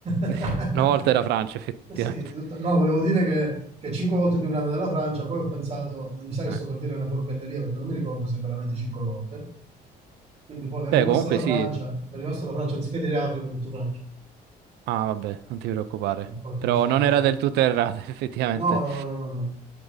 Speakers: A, on the right (about 40°); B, on the right (about 80°).
A: <laughs>
B: <laughs> Una volta era Francia, effettivamente.
A: Eh Sì, di tutta- No, volevo
B: <laughs>
A: dire che, che è cinque volte più grande della Francia, poi ho pensato, mi sa che
B: Eh.
A: sto per dire una corbelleria perché non mi ricordo se è veramente cinque volte. Quindi poi mi è
B: Beh,
A: rimasto
B: comunque
A: la
B: sì.
A: Francia, mi è rimasto la Francia, anziché dire Africa, ho detto Francia.
B: Ah, vabbè, non ti preoccupare.
A: Ho fatto
B: Però
A: questo
B: non
A: lapsus.
B: era del tutto errata, <laughs> effettivamente.
A: No, no, no, no, no. no.